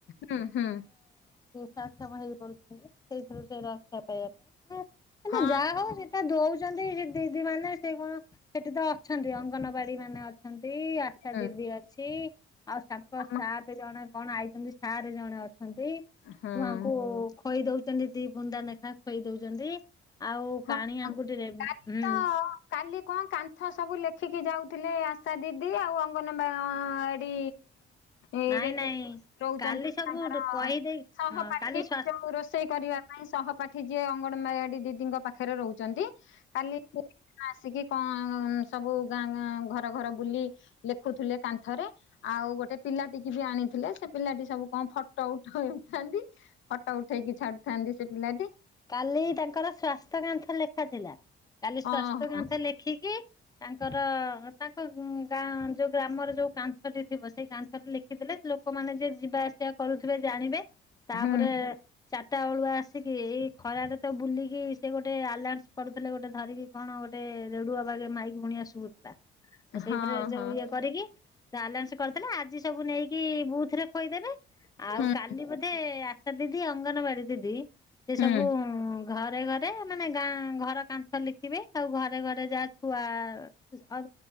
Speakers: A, on the left (about 75°); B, on the left (about 20°).
A: ହୁଁ ହୁଁ।
B: ସାକ୍ଷମ ହେଇ ପାରୁଛନ୍ତି ସେଇଥିରୁ ସେ ରକ୍ଷା ପାଇବା ପାଇଁ
A: ହଁ
B: ଯାହା ହଉ ସେଇଟା ଦଉ ଛନ୍ତି ଦିଦି ମାନେ ସେ କଣ ସେଠି ତ ଅଛନ୍ତି ଅଙ୍ଗନବାଡି ମାନେ ଅଛନ୍ତି ଆଶା
A: ହଁ
B: ଦିଦି ଅଛି ଆଉ ତାଙ୍କ
A: ଆମ
B: ସାପେ ଜଣେ। କଣ ଆଇଛନ୍ତି ସାର୍ ଜଣେ ଅଛନ୍ତି।
A: ହଁ।
B: ମୁଁ ଆଙ୍କୁ ଖୋଇ ଦଉଛି ଛନ୍ତି ଦି ବୁନ୍ଦା ଲେଖା ଖଇ ଦଉଛନ୍ତି, ଆଉ
A: ହଁ
B: କାଣି ଆଙ୍ଗୁଠିରେ ହୁଁ।
A: କାଲି ତ କାଲି କଣ କାନ୍ଥ ସବୁ ଲେଖିକି ଯାଉଥିଲେ ଆଶା ଦିଦି ଆଉ ଅଙ୍ଗନବାଡି। ଏଇରେ
B: ନାଇଁ, ନାଇଁ।
A: ରହୁଛନ୍ତି
B: କାଲି ସବୁ
A: ତାଙ୍କର
B: କହିଦେଇ
A: ସହପାଠୀ
B: ହଁ କାଲି ସ୍ୱା
A: ତାକୁ
B: ହଁ
A: ରୋଷେଇ କରିବା ପାଇଁ ସହପାଠୀ। ଏଠି ଯିଏ ଅଙ୍ଗନବାଡ଼ି ଦିଦିଙ୍କ ପାଖରେ ରହୁଛନ୍ତି କାଲି <unintelligible> ଆସିକି। କଣ ସବୁ ଗାଁ ଗାଁ ଘର ଘର ବୁଲି ଲେଖୁଥିଲେ କାନ୍ଥରେ ଆଉ ଗୋଟେ। ପିଲାଟିକି ବି ଆଣିଥିଲେ ସେ ପିଲାଟି ସବୁ କଣ ଫଟୋ ଉଠ ଉଠାନ୍ତି ଫଟୋ ଉଠେଇକି ଛାଡୁଥାନ୍ତି। ସେ ପିଲାଟି।
B: କାଲି ତାଙ୍କର ସ୍ଵାସ୍ଥ୍ୟ କାନ୍ଥ ଲେଖା ଥିଲା କାଲି ସ୍ଵାସ୍ଥ୍ୟ
A: ଓହୋ
B: କାନ୍ଥ ଲେଖିକି। ତାଙ୍କର ତାଙ୍କ ଗାଁ ଯୋଉ ଗ୍ରାମର ଯୋଉ କାନ୍ଥଟି ଥିବ ସେଇ କାନ୍ଥଟି ଲେଖିଦେଲେ। ଲୋକମାନେ ଯେ ଯିବା ଆସିବା କରୁଥିବେ ଜାଣିବେ। ତାପରେ
A: ହୁଁ
B: ଚାରିଟା ବେଳୁଆ ଆସିକି ଖରାରେ ତ ବୁଲିକି ସେ ଗୋଟେ ଆଲନ୍ସ କରୁଥିଲେ ଗୋଟେ ଧରିକି କଣ ଗୋଟେ ରେଡୁଅ ବାଗେ ମାଇକି ଫୁଣି। ଶୁବୁଥିଲା ଆଉ
A: ହଁ
B: ସେଇଥିରେ ଯୋଉ
A: ହଁ
B: ଇଏ କରିକି। ଆଲାନ୍ସ କରିଦେଲେ ଆଜି ସବୁ ନେଇକି ବୁଥ୍ ରେ ଖୋଇଦେବେ ଆଉ
A: ହୁଁ
B: କାଲି ବୋଧେ ଆସ ଦିଦି ଅଙ୍ଗନବାଡି ଦିଦି ସେ
A: ହୁଁ
B: ସବୁ ଘରେ ଘରେ ମାନେ ଗାଁ ଘର କାନ୍ଥ ଲେଖିବେ ଆଉ ଘରେ ଘରେ ଯାହା ଛୁଆ ଅ